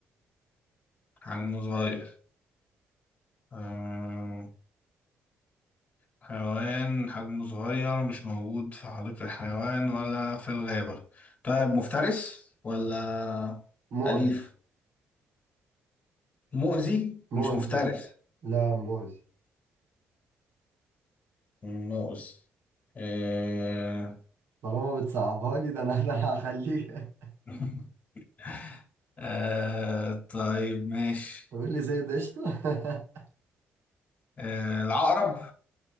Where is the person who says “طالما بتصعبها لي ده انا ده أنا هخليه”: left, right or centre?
Right